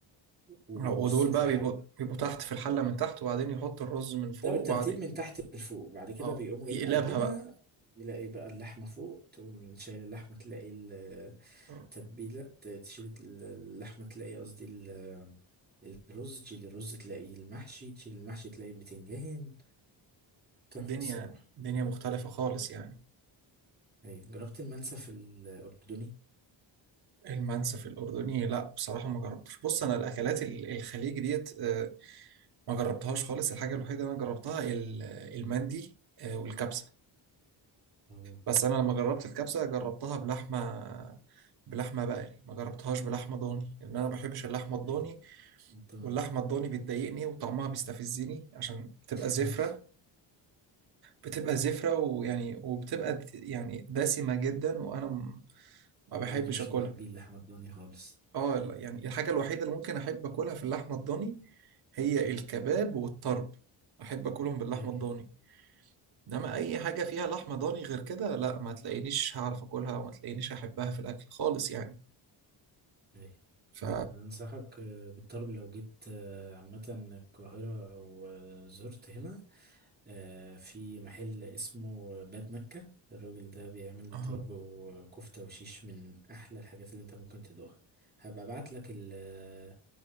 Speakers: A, on the right (about 20°); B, on the right (about 55°).
A: وبيبقوا
B: آه. ودول
A: مرصوصين
B: بقى
A: في الحلة
B: بيبقوا بيبقوا تحت في الحلة من تحت وبعدين يحط الرز من
A: ده
B: فوق
A: بالترتيب
B: وبعدين
A: من تحت لفوق بعد كده
B: اه
A: بيقوموا جايين
B: يقلبها
A: قلبينها بيلاقي بقى اللحمة فوق تقوم شايل اللحمة تلاقي ال-
B: بقى
A: التتبيلة ت- تشيل اللحمة تلاقي قصدي ال- الرز تشيل الرز تلاقي المحشي تشيل المحشي تلاقي البتنجان تحفة
B: الدنيا
A: الصراحة
B: الدنيا مختلفة خالص يعني
A: أيوة جربت المنسف الأردني
B: المنسف الأردني لا بصراحة ما جربتش بص أنا الأكلات ال- الخليج ديت آه، ما جربتهاش خالص الحاجة الوحيدة اللي أنا جربتها ال- المندي آه، والكبسة
A: اهو
B: بس أنا لما جربت الكبسة جربتها بلحمة بلحمة بقري ما جربتهاش بلحمة ضاني لأن أنا ما بحبش اللحمة الضاني
A: اي الدنيا
B: واللحمة الضاني بتضايقني وطعمها بيستفزني عشان بتبقى زفرة
A: اي
B: بتبقى زفرة ويعني وبتبقى يعني دسمة جدا وأنا م- ما
A: انا
B: بحبش
A: برضو مش
B: أكلها
A: من محبين لحمة الدنيا خالص
B: اه لا، يعني الحاجة الوحيدة اللي ممكن أحب أكلها في اللحمة الضاني هي الكباب والطرب أحب أكلهم باللحمة
A: اي
B: الضاني إنما أي حاجة فيها لحمة ضاني غير كده لا ما تلاقينيش هعرف أكلها وما تلاقينيش أحبها في الأكل خالص يعني
A: اي
B: ف
A: انصحك آه، بالطلب لو جيت آه، عامة القاهرة او آه، زرت هنا آه، في محل اسمه باب مكة الراجل ده بيعمل
B: آه،
A: طرب وكفتة وشيش من احلى الحاجات اللي انت ممكن تدوقها هبقى ابعت لك ال- آه،